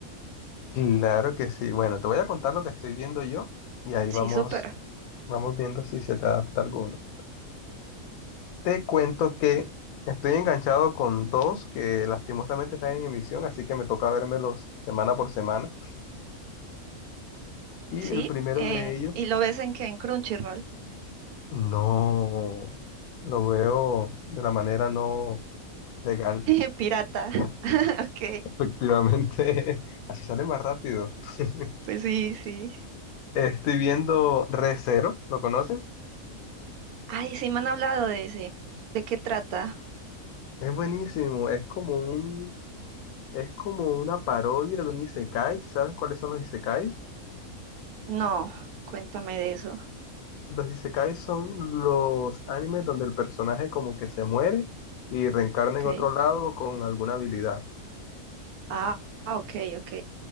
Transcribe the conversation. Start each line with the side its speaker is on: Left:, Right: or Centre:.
Left: Claro que sí. Bueno, te voy a contar lo que estoy viendo yo y ahí
Right: Sí,
Left: vamos,
Right: súper.
Left: vamos viendo si se te adapta alguno. Te cuento que estoy enganchado con dos que lastimosamente están en emisión, así que me toca vérmelos semana por semana. Y
Right: Sí,
Left: el primero
Right: en-
Left: de ellos,
Right: ¿y lo ves en qué? En Crunchyroll.
Left: no, lo veo de la manera no legal.
Right: <laughs> Pirata,
Left: <laughs>
Right: <laughs> ok.
Left: Efectivamente, <laughs> así sale más rápido. <laughs>
Right: Pues sí, sí.
Left: Estoy viendo Re:Zero, ¿lo conoces?
Right: Ay, sí me han hablado de ese. ¿De qué trata?
Left: Es buenísimo, es como un, es como una parodia de un isekai. ¿Sabes cuáles son los isekais?
Right: No, cuéntame de eso.
Left: Los isekais son los animes donde el personaje como que se muere y reencarna
Right: Ok.
Left: en otro lado con alguna habilidad.
Right: Ah, ah, ok, ok.